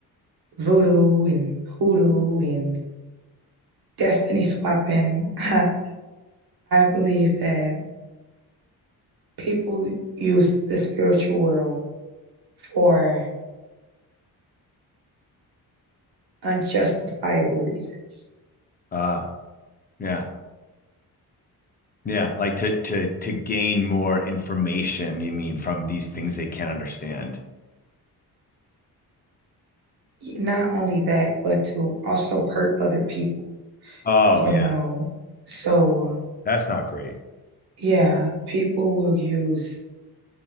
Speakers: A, on the right (about 75°); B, on the left (about 25°).
A: voodoo and hoodoo and destiny swapping, <laughs> I believe that people use the spiritual world for unjustifiable reasons.
B: Uh, yeah. Yeah, like to to to gain more information, you mean, from these things they can't understand.
A: not only that, but to also hurt other people,
B: Oh,
A: you
B: yeah.
A: know. So,
B: That's not great.
A: yeah, people will use